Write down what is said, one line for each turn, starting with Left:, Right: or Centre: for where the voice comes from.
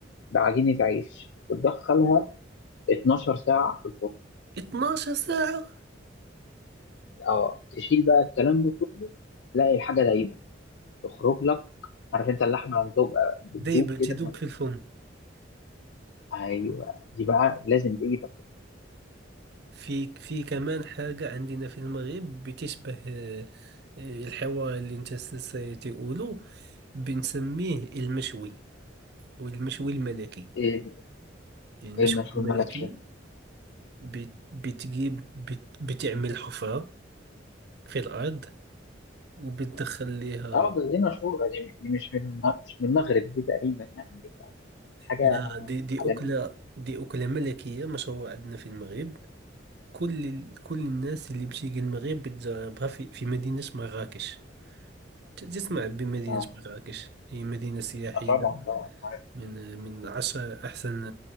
Left: بعجينه عيش وتدخلها 12 ساعه في الفرن
Right: 12 ساعة
Left: اه تشيل بقى الكلام ده كله تلاقي الحاجه دايبه تخرج لك عارف انت اللحمه لما بتبقى بتدوب
Right: دايبة
Left: كده
Right: تدوب
Left: ما-
Right: في الفم
Left: ايوه دي بقى لازم تيجي طب
Right: في في كمان حاجة عندنا في المغرب بتشبه آه، آه، الحوار اللي انت ستقوله بنسميه المشوي والمشوي الملكي
Left: ايه
Right: يعني المشوي
Left: ايه المشهور
Right: الملكي
Left: ملكشه
Right: بت- بتجيب بت بتعمل حفرة في الأرض وبتدخل ليها
Left: اه بس دي مشهوره دي دي مش من الم- مش من المغرب دي تقريبا يعني دي حاجه
Right: لا دي, دي
Left: عالميه
Right: أكلة دي أكلة ملكية مشهورة عندنا في المغرب كل ال- كل الناس اللي بتيجي المغرب بتجربها في, في مدينة مراكش ت- تسمع بمدينة
Left: اه
Right: مراكش هي مدينة سياحية
Left: آه، طبعا طبعا عارف.
Right: من من عشرة أحسن